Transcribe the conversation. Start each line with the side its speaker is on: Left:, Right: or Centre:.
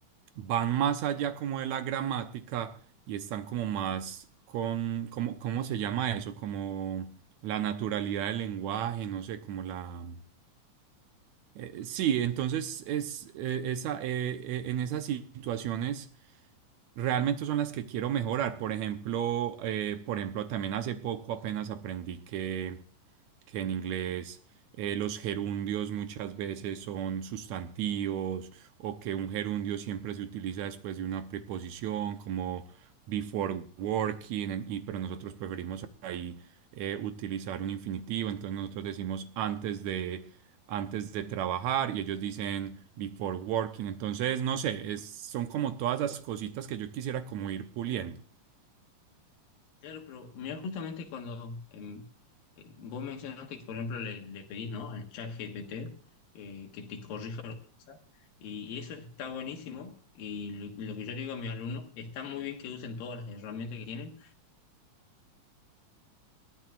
Right: van más allá como de la gramática y están como más con, como, ¿cómo se llama eso? Como la naturalidad del lenguaje, no sé, como la... eh, sí, entonces es, eh, esa, eh, eh, en esas situaciones realmente son las que quiero mejorar. Por ejemplo, eh, por ejemplo, también hace poco apenas aprendí que que en inglés eh, los gerundios muchas veces son sustantivos o que un gerundio siempre se utiliza después de una preposición como before working, en- y, pero nosotros preferimos ahí eh, utilizar un infinitivo, entonces nosotros decimos antes de, antes de trabajar y ellos dicen before working, entonces no sé, es- son como todas esas cositas que yo quisiera como ir puliendo.
Left: Claro, pero mira, justamente cuando em, eh, vos mencionaste que, por ejemplo, le, le pedís, ¿no? al chat GPT eh, que te corrija alguna cosa, y, y eso está buenísimo. Y lo, lo que yo le digo a mis alumnos, está muy bien que usen todas las herramientas que tienen,